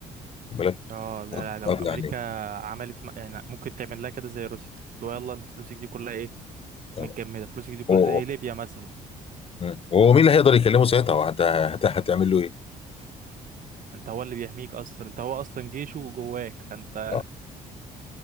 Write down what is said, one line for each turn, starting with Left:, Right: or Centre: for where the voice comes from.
Left: خد بالك
Right: اه لا لا لو
Left: طب
Right: امريكا
Left: يعني
Right: عملت م- يعني ممكن تعمل لها كده زي روسيا لو يلا انت فلوسك دي كلها ايه
Left: آه،
Right: متجمده فلوسك دي كلها
Left: هو
Right: زي ليبيا مثلا
Left: مم. هو مين اللي هيقدر يكلمه ساعتها وهت- هت- هتعمل له ايه؟
Right: انت هو اللي بيحميك اصلا انت هو اصلا جيشه جواك فانت
Left: آه.